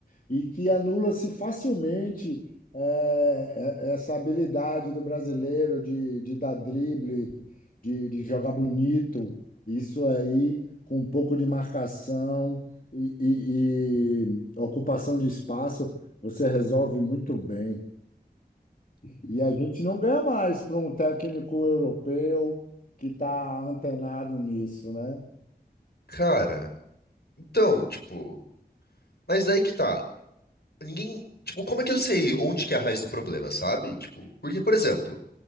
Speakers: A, on the left; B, on the left.
A: e que anula-se facilmente eh, eh, essa habilidade do brasileiro de, de dar drible, de, de jogar bonito. Isso aí, com um pouco de marcação e, e- e ocupação de espaço, você resolve muito bem. E a gente não ganha mais para um técnico europeu que está antenado nisso, né?
B: cara. Então, tipo, mas aí que tá. Ninguém, tipo, como é que eu sei onde que é a raiz do problema, sabe? Tipo, porque, por exemplo,